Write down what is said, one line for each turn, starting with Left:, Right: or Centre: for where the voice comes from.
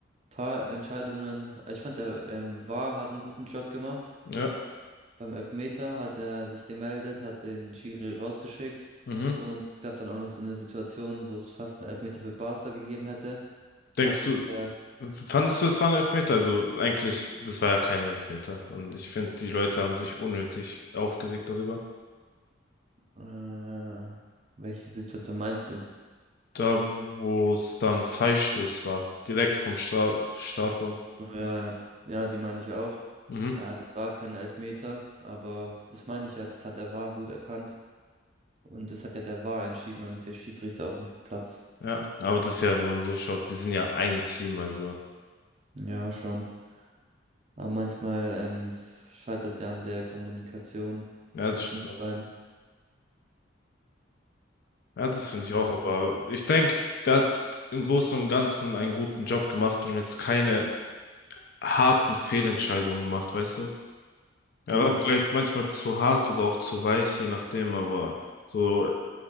Right: Paar Entscheidungen. Ich fand der ähm, VAR hat einen guten Job gemacht.
Left: Ja.
Right: Beim Elfmeter hat er sich gemeldet, hat den Schiri rausgeschickt.
Left: Mhm.
Right: Und es gab dann auch noch so eine Situation, wo es fast einen Elfmeter für Barca gegeben hätte.
Left: Denkst
Right: Da hat sich
Left: du,
Right: der
Left: fandest du, es war ein Elfmeter? Also eigentlich, das war ja kein Elfmeter. Und ich finde, die Leute haben sich unnötig aufgeregt darüber.
Right: äh, welche Situation meinst du?
Left: Da, wo es dann Freistoß war, direkt vom Stra Strafraum.
Right: So, ja, ja, ja, die meine ich auch.
Left: Mhm.
Right: Ja, das war kein Elfmeter, aber das meine ich ja, das hat der VAR gut erkannt. Und das hat ja der VAR entschieden und nicht der Schiedsrichter auf dem Platz.
Left: Ja, aber das ist ja, wenn man so schaut, die sind ja ein Team, also.
Right: Ja, schon. Aber manchmal ähm, scheitert ja an der Kommunikation
Left: Ja,
Right: zwischen
Left: das stimmt
Right: den
Left: auch.
Right: beiden.
Left: Ja, das finde ich auch,
Right: Ähm,
Left: aber ich denke, der hat im Großen und Ganzen einen guten Job gemacht und jetzt keine harten Fehlentscheidungen gemacht, weißt du? Er
Right: ja,
Left: war vielleicht manchmal zu hart oder auch zu weich, je nachdem, aber so